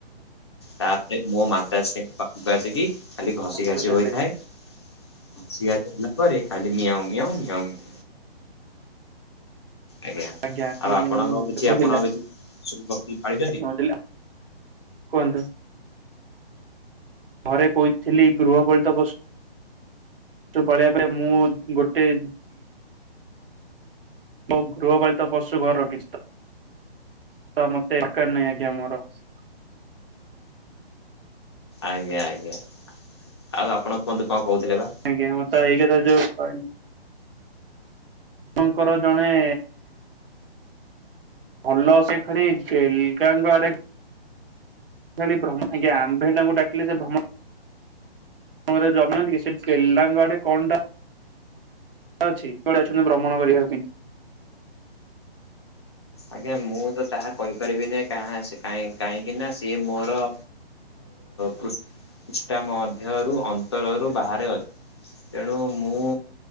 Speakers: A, on the left; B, on the right.
A: ତାପରେ ମୋ ମାତାସ୍ରୀଙ୍କ ପାଖକୁ ଆସିକି ଖାଲି ଘଷି ଘାଷି
B: ବୁଝିଲେ
A: ହୋଇଥାଏ ଘଷି ଘାସି ହେଲା ପରେ ଖାଲି ମିଆଁଉ ମିଆଁଉ ମିଆଁ ମିଆଁ। ଆଜ୍ଞା
B: ଆଜ୍ଞା
A: ଆଉ ଆପଣଙ୍କ କିଛି
B: ବୁଝିଲେ
A: ଆପଣ ଅଉ କିଛି ସମ୍ପତ୍ତି ପାଇ
B: ଆଜ୍ଞା ବଝିଲ କୁହନ୍ତୁ। ଘରେ କହିଥିଲି ଗୃହପଳିତ ପଶୁ ପାଳିବା ପରେ ମୁଁ ଗୋଟେ ମୁଁ ଗୃହପାଳିତ ପଶୁ ଘର ରଖିଛି ତ ତ ମତେ ଏକାଡ ନହିଁ ଆଜ୍ଞା ମୋର <unintelligible>
A: ଆଜ୍ଞା ଆଜ୍ଞା ଆଉ ଆପଣ କୁହନ୍ତୁ କଣ କହୁଥିଲେ ବା।
B: ଆଜ୍ଞା ମୁତ ଏଇ କଥା‌ ତ ଯୋଉ ଆପଙ୍କର ଜଣେ ଭଲ ସେ ଖା ବେଲକାାଙ୍କ ଆଡେ <unintelligible> ଖ ଆଜ୍ଞ ଆମ୍ଭେଣ୍ଡାଙ୍କୁ ଡାିଲେ ସେ ଭ୍ରମ <unintelligible> ଜମାା ଗ କା <unintelligible> ଅଛି କୁଆଡେ ଅଛନ୍ତି ଭ୍ରମଣ କରିବା ପାଇଁ
A: ଆଜ୍ଞା ମୁଁ ତ ତାହା କହିପାରିବିନି କାହିଁକି ନା ସିଏ ମୋର ପୃଷ୍ଠା ମଧ୍ୟରୁ ଅନ୍ତରରୁ ବାହାରେ ଅଛି। ତେଣୁ ମୁଁ